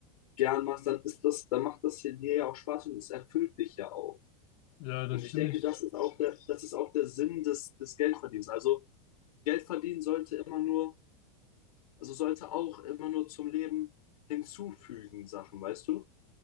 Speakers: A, on the left (about 85°); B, on the left (about 50°).
A: gern machst, dann ist das, dann macht das hier dir ja auch Spaß und es erfüllt dich ja auch.
B: Ja, das
A: Und ich
B: stimme
A: denke,
B: ich,
A: das ist auch der, das ist auch der Sinn des, des Geldverdienens. Also Geld verdienen sollte immer nur, also sollte auch immer nur zum Leben hinzufügen, Sachen, weißt du?